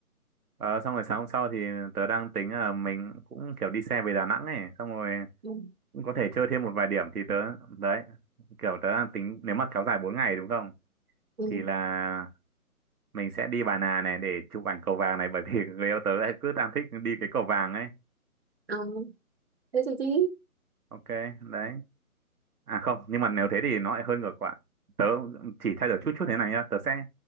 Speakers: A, on the right; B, on the right.
A: ờ, xong rồi sáng hôm sau thì tớ đang tính là mình cũng kiểu đi xe về Đà Nẵng này, xong rồi
B: ừ,
A: cũng có thể chơi thêm một vài điểm thì tớ, đấy, kiểu tớ đang tính nếu mà kéo dài 4 ngày đúng không?
B: ừ.
A: Thì là mình sẽ đi Bà Nà này để chụp ảnh cầu vàng này bởi vì <laughs> người yêu tớ ấy cứ đang thích đi cái cầu vàng ấy.
B: Ờ, thế thì đi
A: Ok, đấy À không, nhưng mà nếu thế thì nó lại hơi ngược lại. Tớ chỉ thay đổi chút chút thế này nhá, tớ sẽ